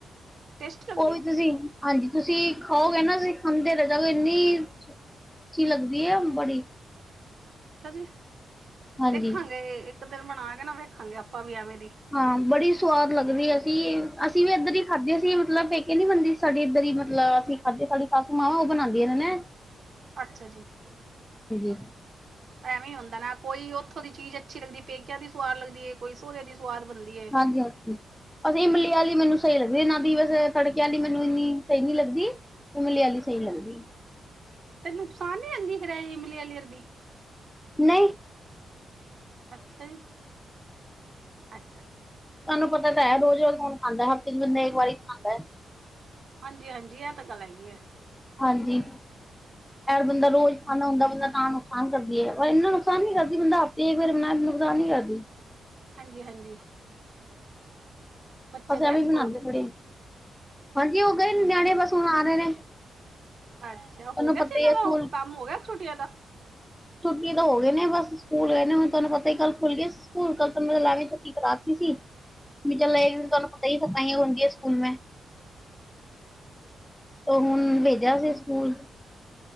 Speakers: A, on the right; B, in the centre.
A: ਟੇਸਟੀ ਲੱਗਦੀ
B: ਓਵੀ
A: ਉਹ
B: ਤੁਸੀ, ਹਾਂਜੀ। ਤੁਸੀ ਖਾਓਗੇ ਨਾ ਤੁਸੀ ਖਾਂਦੇ ਰੈ ਜਾਓਗੇ ਏਨੀਂ ਅੱਛੀ ਲੱਗਦੀ ਏ ਬੜੀ।
A: ਅੱਛਾ ਜੀ,
B: ਹਾਂਜੀ
A: ਦੇਖਾਗੇ ਏੱਕ ਦਿਨ ਬਣਾ ਕੇ ਨਾ ਵੇਖਾਂਗੇ ਆਪਾਂ ਵੀ ਐਵੇ ਦੀ।
B: ਹਾਂ ਬੜੀ ਸਵਾਦ ਲੱਗਦੀ ਐ ਅਸੀ, ਅਸੀ ਵੀ ਏਧਰ ਈ ਖਾਧੇ ਸੀ ਮਤਲਬ ਪੇਕੇ ਨੀ ਬਨਦੀ ਸ ਸਾਡੀ ਏੱਧਰ ਈ ਮਤਲਬ ਅਸੀ ਖਾਧੇ ਸਾਡੀ ਸਾਸੂ ਮਾਂ ਓ ਬਨਾਂਦੀ ਏ ਨੇ ਨੈ।
A: ਅੱਛਾ ਜੀ,
B: ਹਾਂਜੀ
A: ਐਵੇ ਈ ਹੁੰਦੈ ਨਾ ਕੋਈ ਓਥੋਂ ਦੀ ਚੀਜ ਛੀ ਲਗਦੀ ਏ। ਪੇਕਿਆਂ ਦੀ ਸੁਆਦ ਲਗਦੀ ਏ, ਕੋਈ ਸੋਰੇ ਦੀ ਸੁਆਦ ਬਨਦੀ ਏ।
B: ਹਾਂਜੀ। <unintelligible> ਅਸੀ ਇਮਲੀ ਆਲੀ ਮੇਨੂੰ ਸਈ ਲੱਗਦੀ ਏ ਨਾ ਦੀ ਵੈਸੇ ਤੜਕੇ ਆਲੀ ਮੇਨੂੰ ਇੰਨੀ ਸਈ ਨੀ ਲੱਗਦੀ। ਇਮਲੀ ਆਲੀ ਸਈ ਲੱਗਦੀ।
A: ਅੱਛਾ ਤੇ ਨੁਕਸਾਨ ਨੀ ਆਂਦੀ ਫੇਰ ਐ ਇਮਲੀ ਆਲੀ ਅਰਬੀ?
B: ਨਈ।
A: ਅੱਛਾ ਜੀ, ਅੱਛਾ ਅੱਛਾ।
B: ਤੁਹਾਨੂੰ ਪਤਾ ਤਾ ਐ, ਰੋਜ਼-ਰੋਜ਼ ਕੌਣ ਖਾਂਦਾ ਹਫ਼ਤੇ ਚ ਬੰਦਾ ਏਕ ਵਾਰੀ ਖਾਂਦਾ ਐ।
A: ਹਾਂਜੀ, ਹਾਂਜੀ, ਐਹ ਤਾਂ ਗੱਲ ਹੈਗੀ ਏ।
B: ਹਾਂਜੀ।
A: <inaudible>
B: ਯਾਰ ਬੰਦਾ ਰੋਜ਼ ਖਾਦਾ ਹੁੰਦਾ ਬੰਦਾ ਤਾ ਨੁਕਸਾਨ ਕਰਦੀ ਏ, ਪਰ ਐਨਾ ਨੁਕਸਾਨ ਨੀ ਕਰਦੀ ਬੰਦਾ ਹਫ਼ਤੇ ਏਕ ਬੇਰ ਬਣਾਏ ਨੁਕਸਾਨ ਨੀ ਕਰਦੀ।
A: ਹਾਂਜੀ, ਹਾਂਜੀ ਹੋਰ ਬੱਚੇ
B: ਬਸ
A: ਗਏ
B: ਐਵੇ
A: ਸਕੂਲ
B: ਵੀ ਬਣਾਏ ਪੂਰੀ, ਹਾਂਜੀ ਉਹ ਗਏ ਨਿਆਣੇ ਬਸ ਹੁਣ ਆ ਰਹੇ ਨੇ।
A: ਅੱਛਾ,
B: ਤੁਹਾਨੂੰ
A: ਹੋ ਗਿਆ
B: ਪਤਾ
A: ਸੀ ਇਹਨਾਂ
B: ਹੀ ਹੈ
A: ਦਾ
B: ਸਕੂਲ
A: ਕੰਮ ਹੋ ਗਿਆ ਛੁਟੀਆ ਦਾ।
B: ਛੁੱਟੀ ਤਾਂ ਹੋ ਗਏ ਨੇ ਬਸ ਸਕੂਲ ਗਏ ਨੇ, ਹੁਣ ਤੁਹਾਨੂੰ ਪਤਾ ਹੀ ਕੱਲ੍ਹ ਖੁੱਲ ਗਏ ਸ। ਸਕੂਲ ਕੱਲ ਤੋ ਮੇ ਨਾਲੇ ਛੁੱਟੀ ਕਰਾਤੀ ਸੀ। ਵੀ ਚਲ
A: ਅੱਛਾ
B: ਏ ਤੁਹਾਨੂੰ
A: ਜੀ
B: ਪਤਾ ਹੀ ਸਖ਼ਤਾਈਆ ਹੁੰਦੀ ਐ ਸਕੂਲ ਮੇ।
A: ਹਾਂਜੀ, ਹਾਂਜੀ।
B: ਉਹ ਹੁਣ ਭੇਜਿਆ ਸੀ ਸਕੂਲ।